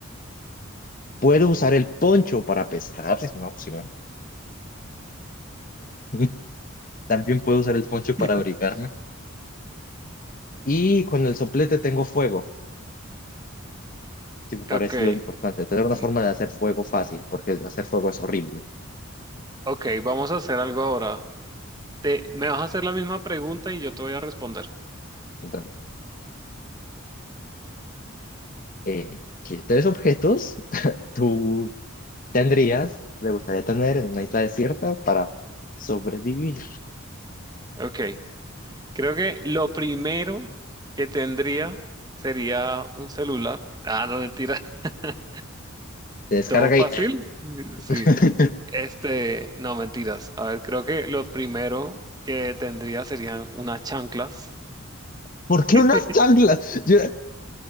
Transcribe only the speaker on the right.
<laughs>
Ok,
mm,
ok, vamos a hacer algo ahora. Te, me vas a hacer la misma pregunta y yo te voy a responder.
Ok, creo que lo primero que tendría sería un celular. Ah, no, mentira. <laughs>
¿Todo fácil?
Mm, Sí.
Este, no, mentiras. A ver, creo que los primero que tendría serían unas chanclas.
<laughs>